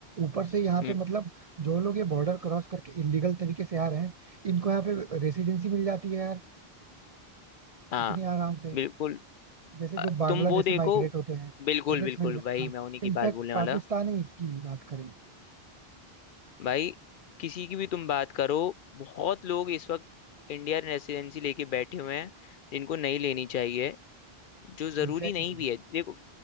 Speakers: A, on the right; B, on the left.
A: ऊपर से यहाँ
B: हम्म,
A: पे मतलब जो लोग ये बॉर्डर क्रॉस करके इलीगल तरीके से आ रहे हैं इनको यहाँ पे रेसिडेंसी मिल जाती है यार
B: हाँ
A: इतनी आराम से
B: बिल्कुल
A: जैसे जो
B: अ,
A: बांग्लादेश
B: तुम वो देखो
A: से माइग्रेट होते हैं
B: बिल्कुल
A: या फिर
B: बिल्कुल
A: श्रीलंका
B: भाई मैं उन्हीं की
A: इनफैक्ट
B: बात बोलने
A: पाकिस्तान
B: वाला
A: ही इसकी बात करें
B: भाई किसी की भी तुम बात करो बहुत लोग इस वक्त इंडियन रेसिडेंसी लेके बैठे हुए हैं जिनको नहीं लेनी चाहिए जो जरूरी
A: एग्जैक्टली
B: नहीं भी है देखो